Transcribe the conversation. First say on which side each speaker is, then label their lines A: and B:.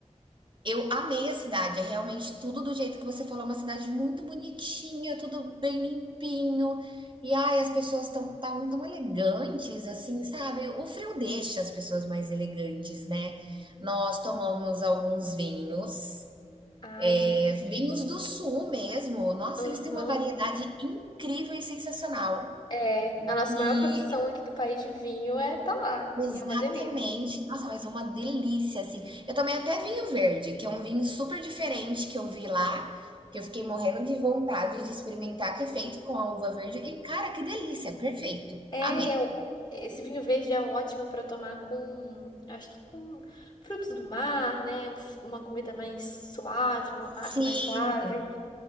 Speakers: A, on the right; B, on the left.
A: Eu amei a cidade, é realmente tudo do jeito que você falou, uma cidade muito bonitinha, tudo bem limpinho. E ai, as pessoas estão tão, tão elegantes, assim, sabe? O frio deixa as pessoas mais elegantes, né? Nós tomamos alguns vinhos,
B: Ai, que.
A: é,
B: tu-
A: vinhos do sul mesmo. Nossa,
B: Aham.
A: eles têm uma variedade incrível e sensacional.
B: É, a nossa
A: E
B: maior produção aqui do país de vinho é tá lá.
A: Exatamente.
B: E é uma delícia.
A: Nossa, mas é uma delícia, assim. Eu tomei até vinho verde, que é um vinho super diferente que eu vi lá, que eu fiquei morrendo de vontade de experimentar, que é feito com a uva verde. E, cara, que delícia, é perfeito.
B: É,
A: Amei.
B: e é, o- esse vinho verde é ótimo pra tomar com, acho que com frutos do mar, né? Um f- Uma comida mais suave, uma massa
A: Sim,
B: mais suave.